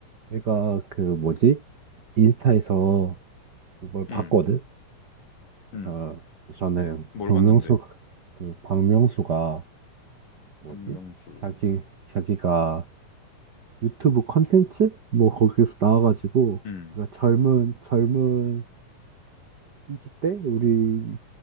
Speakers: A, on the right (about 50°); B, on the left (about 85°).
A: 내가 그 뭐지? 인스타에서 그걸
B: 음,
A: 봤거든.
B: 음,
A: 아, 전에
B: 뭘
A: 박명수
B: 봤는데?
A: 그 박명수가 뭐지?
B: 박명수.
A: 자기 자기가 유튜브 컨텐츠 뭐 거기에서 나와가지고
B: 음,
A: 그가 젊은 젊은 20대 우리